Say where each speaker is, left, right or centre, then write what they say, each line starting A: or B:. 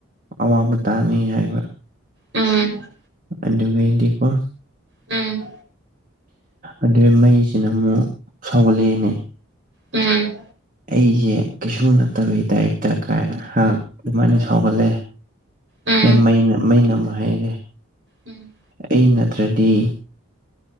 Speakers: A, on the right; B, on the right.
A: ꯑꯋꯥꯕ ꯇꯥꯅꯤ ꯍꯥꯏꯕ
B: ꯎꯝ
A: ꯑ ꯃꯗꯤꯀꯣ
B: ꯎꯝ
A: ꯑꯗꯨꯩ ꯃꯩꯁꯤꯅ ꯑꯃꯨꯛ ꯁꯥꯎꯒꯠꯂꯛꯑꯦꯅꯦ
B: ꯎꯝ
A: ꯑꯩꯁꯦ ꯀꯩꯁꯨ ꯅꯠꯇꯕꯒꯤ ꯇꯥꯏꯞꯇ ꯀꯥꯏ ꯑꯗꯨꯃꯥꯏꯅ ꯁꯥꯎꯒꯠꯂꯑꯦ
B: ꯎꯝ ꯎꯝ
A: ꯑꯦ ꯃꯩꯅ ꯃꯩꯅ ꯑꯃ ꯍꯥꯏꯩꯔꯦ
B: ꯎꯝ
A: ꯑꯩ ꯅꯠꯇ꯭ꯔꯗꯤ